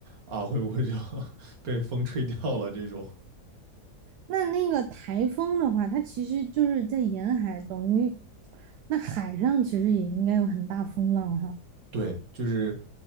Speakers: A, on the right; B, on the right.
A: 啊，会不会就 <laughs> 被风吹掉了这种。
B: 那那个台风的话，它其实就是在沿海，等于那海上其实也应该有很大风浪哈。
A: 对，就是